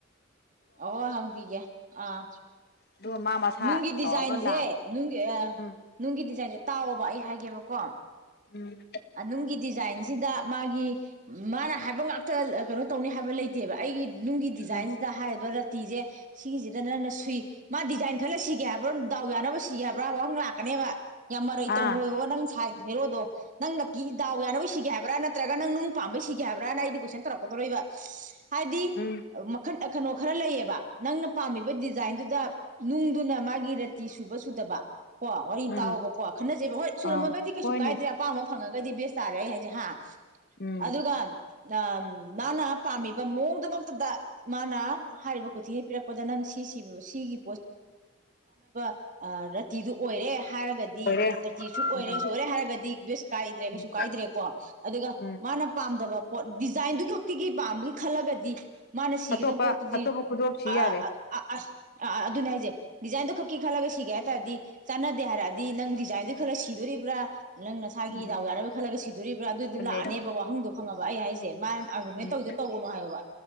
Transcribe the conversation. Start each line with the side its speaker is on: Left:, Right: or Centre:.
Right: ꯑꯣ ꯍꯪꯕꯤꯒꯦ ꯑꯥ
Left: ꯑꯗꯨꯒ ꯃꯥ ꯃꯁꯥ
Right: ꯅꯨꯡꯒꯤ ꯗꯤꯖꯥꯏꯟꯖꯦ
Left: ꯇꯧꯔꯒ ꯂꯥꯛꯑꯒꯦ
Right: ꯅꯨꯡꯒꯤ ꯑꯌꯥ
Left: ꯎꯝ
Right: ꯅꯨꯡꯒꯤ ꯗꯤꯖꯥꯏꯟꯁꯦ ꯇꯥꯎꯑꯣꯕ ꯑꯩꯩꯅ ꯍꯥꯏꯒꯦꯕꯀꯣ
Left: ꯎꯝ
Right: ꯑꯅꯨꯡꯒꯤ ꯗꯤꯖꯥꯏꯟꯁꯤꯗ ꯃꯥꯒꯤ ꯃꯥꯅ ꯍꯥꯏꯕ ꯉꯥꯛꯇꯅ ꯀꯩꯅꯣ ꯇꯧꯅꯤ ꯍꯥꯏꯕ ꯂꯩꯇꯦꯕ ꯑꯩꯒꯤ ꯅꯨꯡꯒꯤ ꯗꯤꯖꯥꯏꯟꯁꯤꯗ
Left: ꯎꯝ
Right: ꯍꯥꯏꯔꯤꯕ ꯇꯤꯁꯦ ꯁꯤꯒꯤꯁꯤꯗ ꯅꯪꯅ ꯁꯨꯏ ꯃꯥ ꯗꯤꯖꯥꯏꯟ ꯈꯜꯂ ꯁꯤꯒꯦ ꯍꯥꯏꯕ꯭ꯔꯥ ꯗꯥꯎ ꯌꯥꯅꯕ ꯁꯤꯒ ꯍꯥꯏꯕ꯭ꯔꯥ ꯋꯥꯍꯪ ꯂꯥꯛ ꯐꯅꯦꯕ ꯌꯥꯝ ꯃꯔꯩ
Left: ꯑꯥ
Right: ꯇꯧꯅꯣꯌꯣ ꯅꯪ ꯁꯥꯏ ꯍꯦꯔꯣꯗꯣ ꯅꯪꯅ ꯀꯤ ꯗꯥꯎ ꯌꯥꯅꯕ ꯁꯤꯒꯦ ꯍꯥꯏꯕ꯭ꯔꯥ ꯅ ꯇ꯭ꯔꯒ ꯅꯪ ꯅꯨꯡ ꯄꯥꯃꯕꯩ ꯁꯤꯒꯦ ꯍꯥꯏꯕ꯭ꯔꯅ ꯑꯩꯗꯤ ꯀꯣꯏꯁꯟ ꯇꯧꯔꯛ ꯥꯇꯧꯔꯛꯏꯕ ꯍꯥꯏꯗꯤ
Left: ꯎꯝ
Right: ꯃꯈꯜ ꯀꯩꯅꯣ ꯈꯔ ꯂꯩꯌꯦꯕ ꯅꯪꯅ ꯄꯥꯝꯃꯤꯕ ꯗꯤꯖꯥꯏꯟꯗꯨꯗ ꯅꯨꯡꯗꯨꯅ ꯃꯥꯒꯤ ꯔꯦꯇꯤ ꯁꯨꯕ ꯁꯨꯗꯕ ꯀꯣ ꯋꯥꯔꯤ
Left: ꯎꯝ
Right: ꯇꯥꯎꯕꯀꯣ ꯈꯟꯅꯖꯦꯕ ꯍꯣꯏ ꯁꯨꯔꯝꯃꯒꯗꯤ
Left: ꯑꯥꯎ
Right: ꯀꯩꯁꯨ
Left: ꯍꯣꯏꯅꯦ
Right: ꯀꯥꯏꯗ꯭ꯔꯦ ꯑꯄꯥꯝꯕ ꯐꯪꯉꯒꯗꯤ ꯕꯦꯁ ꯇꯥꯔꯦ ꯑꯩ ꯍꯥꯏꯁꯦ ꯍꯥ
Left: ꯎꯝ
Right: ꯑꯗꯨꯒ ꯑ ꯃꯥꯅ ꯄꯥꯝꯃꯤꯕ ꯃꯑꯣꯡꯗꯨꯃꯛꯇꯗ ꯃꯥꯅ ꯍꯥꯏꯔꯤꯕ ꯈꯨꯊꯤꯅ ꯄꯤꯔꯛꯄꯗ ꯅꯪ ꯁꯤꯁꯤꯕ ꯁꯤꯒꯤ ꯑ ꯔꯥꯇꯤꯗꯨ ꯑꯣꯏꯔꯦ ꯍꯥꯏꯔꯒꯗꯤ
Left: ꯑꯣꯏꯔꯦ
Right: ꯔꯦꯇꯤꯁꯨ ꯑꯣꯏꯔꯦ
Left: ꯑꯥ
Right: ꯁꯨ ꯑꯣꯏꯔꯦ ꯍꯥꯏꯔꯒꯗꯤ ꯕꯦꯁ ꯀꯥꯏꯗ꯭ꯔꯦ ꯀꯩꯁꯨ
Left: ꯎꯝ
Right: ꯀꯥꯏꯗ꯭ꯔꯦꯀꯣ ꯑꯗꯨꯒ
Left: ꯎꯝ
Right: ꯃꯥꯅ ꯄꯥꯝꯗꯕ ꯄꯣꯠ ꯗꯤꯖꯥꯏꯟꯗꯨ ꯈꯛꯇꯤꯒꯤ ꯄꯥꯝꯕꯒꯤ ꯈꯜꯂꯒꯗꯤ ꯃꯥꯅ ꯁꯤꯒꯗꯕ
Left: ꯑꯇꯣꯞꯄ
Right: ꯄꯣꯠꯇꯨꯗꯤ
Left: ꯑꯇꯣꯞꯄ ꯈꯨꯗꯣꯞꯁꯤ
Right: ꯑ
Left: ꯌꯥꯔꯦ
Right: ꯑ ꯑ ꯑꯗꯨꯅꯦ ꯍꯥꯏꯖꯦ ꯗꯤꯖꯥꯏꯟꯗꯣ ꯈꯛꯤ ꯈꯜ ꯂꯒ ꯁꯤ ꯇꯩ ꯍꯥꯏ ꯇꯔꯗꯤ ꯆꯥꯟꯅꯗꯦ ꯍꯥꯏꯔꯛꯑꯗꯤ ꯅꯪ ꯗꯤꯖꯥꯏꯟꯗꯨ ꯈꯜꯂꯒ ꯁꯤꯗꯣꯔꯤꯕ꯭ꯔꯥ ꯅꯪ ꯅꯁꯥꯒꯤ
Left: ꯎꯝ
Right: ꯗꯥꯎ ꯌꯥꯅꯕꯩ ꯈꯜꯂꯒ ꯁꯤꯗꯣꯔꯤꯕ꯭ꯔꯥ ꯑꯗꯨꯏꯗꯣ
Left: ꯑꯗꯨꯅꯦ
Right: ꯂꯥꯛꯑꯅꯦꯕ ꯋꯥꯍꯪꯗꯣ ꯈꯪꯉꯕ ꯑꯩ ꯍꯥꯏꯁꯦ ꯃꯥꯅ ꯑꯥꯔꯒꯨꯃꯦꯟ
Left: ꯎꯝ
Right: ꯇꯧꯗꯣ ꯇꯧꯒꯅꯨ ꯍꯥꯏꯌꯣꯕ